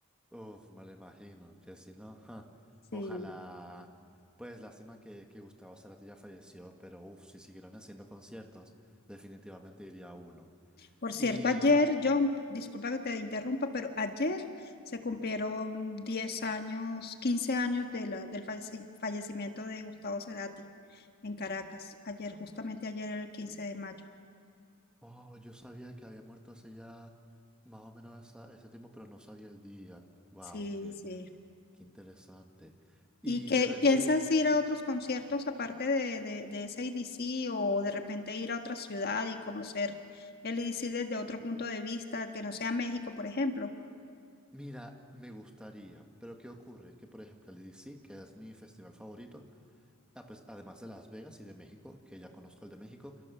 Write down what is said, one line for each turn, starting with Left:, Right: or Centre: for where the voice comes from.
Centre: Uf, me lo imagino, que si no, ja,
Left: Sí.
Centre: ojalá, pues lástima que, que Gustavo Cerati ya falleció, pero uf, si siguieron haciendo conciertos, definitivamente iría a uno.
Left: Por cierto,
Centre: Y,
Left: ayer, John, disculpa que te interrumpa, pero ayer se cumplieron 10 años, 15 años de la- del falleci- fallecimiento de Gustavo Cerati en Caracas. Ayer, justamente ayer, el 15 de mayo.
Centre: oh, yo sabía que había muerto hace ya más o menos esa- ese tiempo, pero no sabía el día. Wow,
Left: Sí,
Centre: qué,
Left: sí.
Centre: qué interesante. Y
Left: ¿Y qué
Centre: de resto
Left: piensas
Centre: de,
Left: ir a otros conciertos aparte de, de, de ese IDC o de repente ir a otra ciudad y conocer el IDC desde otro punto de vista, que no sea México, por ejemplo?
Centre: mira, me gustaría, pero ¿qué ocurre? Que por ejemplo el EDC, que es mi festival favorito, Ah, pues, además de Las Vegas y de México, que ya conozco el de México,